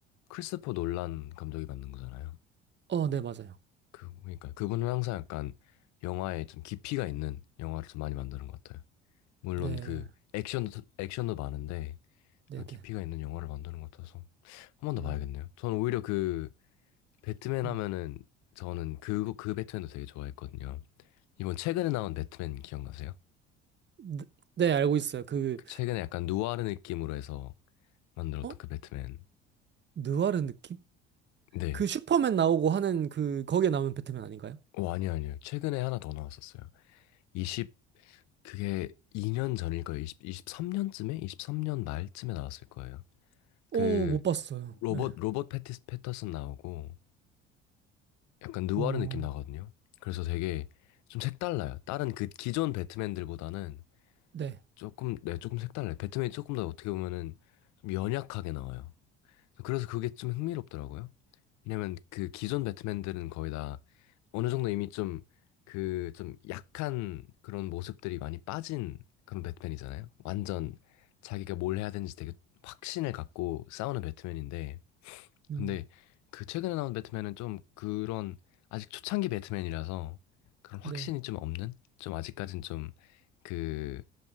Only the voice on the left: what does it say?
크리스토퍼 놀란 감독이 만든 거잖아요.
그 그러니까 그분은 항상 약간 영화에 좀 깊이가 있는 영화를 좀 많이 만드는 것 같아요. 물론
그 액션도 액션도 많은데
약간
깊이가 있는 영화를 만드는 것 같아서 한 번
더 봐야겠네요. 저는 오히려 그 배트맨
하면은 저는 그거 그 배트맨도 되게 좋아했거든요. 이번 최근에 나온 배트맨 기억나세요?
그 최근에 약간 누아르 느낌으로 해서 만들었던
그 배트맨.
네,
어, 아니요, 아니요. 최근에 하나 더 나왔었어요. 20, 그게 2년 전일 거예요. 20, 23년쯤에? 23년 말쯤에 나왔을 거예요.
그,
로봇,
로봇 패티스, 패터슨 나오고, 약간 느와르
느낌 나거든요. 그래서 되게 좀 색달라요. 다른 그 기존 배트맨들보다는
조금, 네, 조금 색달라요. 배트맨이 조금 더 어떻게 보면은 좀 연약하게 나와요. 그래서 그게 좀 흥미롭더라고요. 왜냐면 그 기존 배트맨들은 거의 다 어느 정도 이미 좀 그 좀 약한 그런 모습들이 많이 빠진 그런 배트맨이잖아요. 완전 자기가 뭘 해야 되는지 되게 확신을 갖고 싸우는 배트맨인데
근데 그 최근에 나온 배트맨은 좀 그런 아직 초창기 배트맨이라서 그런 확신이
좀 없는 좀 아직까진 좀그